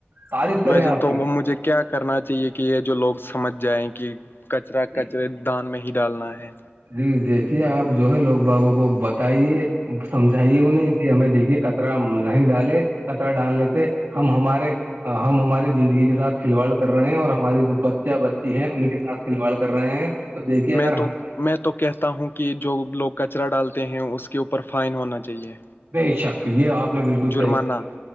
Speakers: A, on the right (about 60°); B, on the left (about 60°).
A: تعریف کرے
B: بھ جن
A: آپ
B: تو
A: کی
B: مموںج کیا کرنا چاہیے کہ یہ جو لوگ سمجھ جائیں کہ کچرا
A: جی
B: کچرے دان میں ہی ڈالنا ہے
A: جی دیکھیے آپ جو ہے لوگ باگوں کو بتائیے سمجھائیے انہیں کہ ہمیں دیکھیے کترا نہیں ڈالے کترا ڈال لیتے ہم ہمارے ہماری زندگی کے ساتھ کھلواڑ کر رہے ہیں اور ہماری جو بچہ بچی ہیں ان کے سھ کھلواڑ کر رہے ہیں تو دیکھیے اگر
B: میں تو
A: ہم
B: میں تو تو کہتا ہوں کہ جو لوگ کچرا ڈالتے ہیں اس کے اوپر فائن ہونا چاہیے
A: بے شک یہ آپ نے بالکل
B: جرمانہ
A: صحیح فرمایا